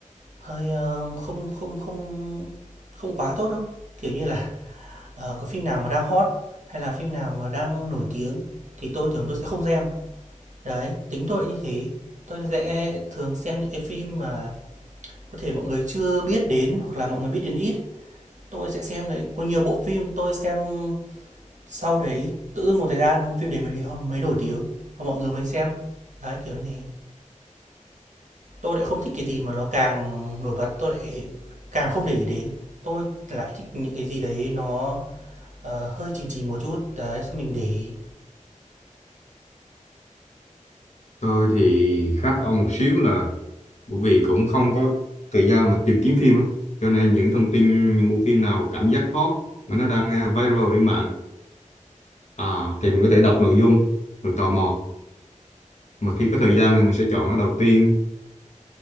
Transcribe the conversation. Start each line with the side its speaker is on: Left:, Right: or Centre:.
Right: hơi, ờ, không không không không quá tốt đâu. Kiểu như là, ờ, có phim nào mà đang hot hay là phim nào mà đang nổi tiếng thì tôi thường tôi sẽ không xem. Đấy, tính tôi như thế. Tôi sẽ thường xem những cái phim mà có thể mọi người chưa biết đến hoặc là mọi người biết đến ít, tôi sẽ xem đấy. Có nhiều bộ phim tôi xem sau đấy, tự dưng một thời gian phim đấy mới ho mới nổi tiếng và mọi người mới xem. Đấy, kiểu như thế. Tôi lại không thích cái gì mà nó càng nổi bật, tôi lại càng không để ý đến. Tôi lại thích những cái gì đấy nó, ờ, hơi chìm chìm một chút, đấy, xong mình để ý.
Left: tôi thì khác ông một xíu là bởi vì cũng không có thời gian mà tìm kiếm phim á. cho nên những thông tin những bộ phim nào cảm giác hot mà nó đang à, viral trên mạng à, thì mình có thể đọc nội dung rồi tò mò mà khi có thời gian thì mình sẽ chọn nó đầu tiên